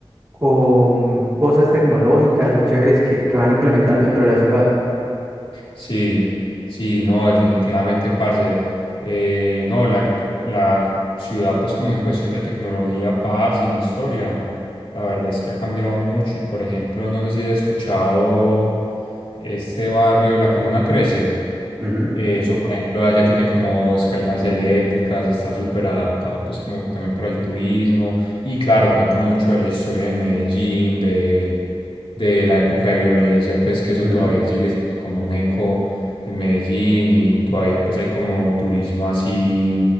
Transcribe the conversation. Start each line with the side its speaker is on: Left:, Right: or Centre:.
Right: con cosas tecnológicas o chéveres que, que van implementando dentro de la ciudad.
Left: Sí, sí, no, definitivamente, parce. Eh, no, la, la ciudad, pues como en cuestión de tecnología, parce, sin historia, la verdad es que ha cambiado mucho. Y por ejemplo, no sé si has escuchado este barrio, la Comuna Trece.
Right: Ujú,
Left: Eh, Eso, por ejemplo, allá tiene como escaleras eléctricas, está súper adaptado pues como también para el turismo y claro, cuenta mucho de la historia de Medellín, de, de la época de violencia, pues que eso
Right: ujú,
Left: todavía sigue siendo como un eco en Medellín y todavía pues hay como turismo así,